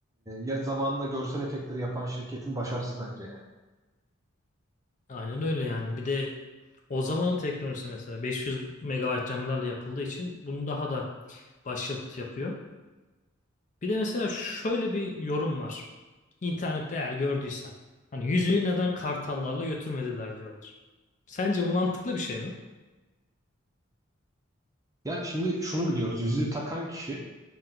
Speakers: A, on the right; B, on the left.
A: e, zamanında görsel efektleri yapan şirketin başarısı bence yani.
B: Aynen öyle yani. Bir de o zamanın teknolojisi mesela 500 megabayt RAM'lerle yapıldığı için bunu daha da başyapıt yapıyor. Bir de mesela şöyle bir yorum var. İnternette eğer gördüysen. Hani yüzüğü neden kartallarla götürmediler diyorlar. Sence bu mantıklı bir şey mi?
A: Ya şimdi şunu biliyoruz. Yüzüğü takan kişi